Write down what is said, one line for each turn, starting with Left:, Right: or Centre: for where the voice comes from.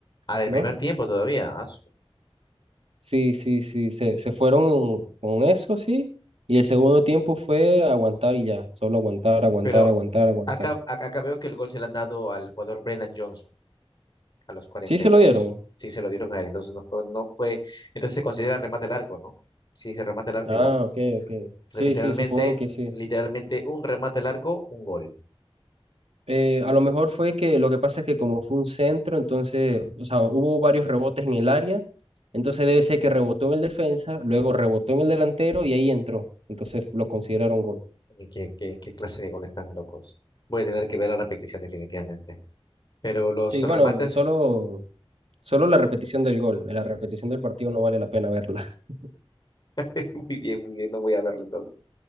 Left: Ah, del
Right: ¿no?
Left: primer tiempo todavía. ah, su-
Right: Sí, sí, sí, se, se fueron con eso, sí. Y el segundo tiempo fue aguantar y ya, solo aguantar, aguantar,
Left: Pero
Right: aguantar, aguantar.
Left: acá, acá acá veo que el gol se lo han dado al jugador Brennan Johnson. a los cuarenta
Right: Sí se
Left: y dos
Right: lo dieron.
Left: Sí, se lo dieron a él. Entonces no fue, no fue. Entonces se considera remate al arco, ¿no? Sí, se remate al arco
Right: Ah,
Left: y gol.
Right: ok, ok.
Left: Entonces,
Right: Sí,
Left: literalmente,
Right: sí, supongo que sí.
Left: literalmente, un remate al arco, un gol.
Right: Eh,
Left: Mm,
Right: a lo mejor fue que lo que pasa es que como fue un centro, entonces, o sea, hubo varios rebotes en el área, entonces debe ser que rebotó en el defensa, luego rebotó en el delantero y ahí entró. Entonces lo consideraron gol.
Left: ¿y ¿Qué, qué, qué clase de goles tan locos? Voy a tener que ver la repetición definitivamente. Pero los
Right: Sí,
Left: remates
Right: bueno, solo, solo la repetición del gol, la repetición del partido no vale la pena verla. <laughs>
Left: <laughs> Muy bien, muy bien, no voy a verlo entonces.